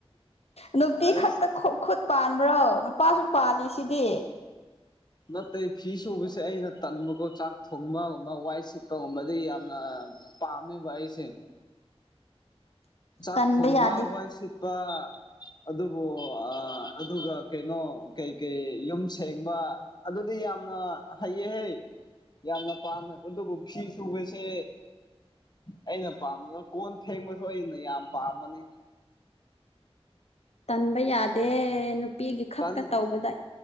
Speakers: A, on the left; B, on the left.
A: ꯅꯨꯄꯤ
B: ꯑꯁ
A: ꯈꯛꯇ ꯈꯨꯠ ꯄꯥꯟꯕ꯭ꯔꯣ ꯅꯨꯄꯥꯁꯨ ꯄꯥꯜꯂꯤꯁꯤꯗꯤ
B: ꯅꯠꯇꯦ ꯐꯤ ꯁꯨꯕꯁꯦ ꯑꯩꯅ ꯇꯟꯕꯀꯣ ꯆꯥꯛ ꯊꯣꯡꯕ ꯑꯃ ꯋꯥꯏ ꯁꯤꯠ ꯑꯒꯨꯝꯕꯗꯤ ꯌꯥꯝꯅ ꯄꯥꯝꯃꯦꯕ ꯑꯩꯁꯦ ꯆꯥꯛ
A: ꯇꯟꯕ
B: ꯊꯣꯡꯕ
A: ꯌꯥꯗꯦ
B: ꯋꯥꯏ ꯁꯤꯠꯄ ꯑꯗꯨꯕꯨ ꯑꯥ ꯑꯗꯨꯒ ꯀꯩꯅꯣ ꯀꯩꯀꯩ ꯌꯨꯝ ꯁꯦꯡꯕ ꯑꯗꯨꯗꯤ ꯌꯥꯝꯅ ꯍꯩꯌꯦ ꯍꯩ ꯌꯥꯝꯅ ꯄꯥꯝꯃꯦ ꯑꯗꯨꯕꯨ ꯐꯤ ꯁꯨꯕꯁꯦ ꯑꯩꯅ ꯄꯥꯝꯗꯕ ꯀꯣꯟ ꯐꯦꯡꯕꯁꯨ ꯑꯩꯅ ꯌꯥꯝ ꯄꯥꯝꯕꯅꯤ
A: ꯇꯟꯕ ꯌꯥꯗꯦ ꯅꯨꯄꯤꯒꯤ ꯈꯛꯇ
B: ꯇꯟ
A: ꯇꯧꯕꯗ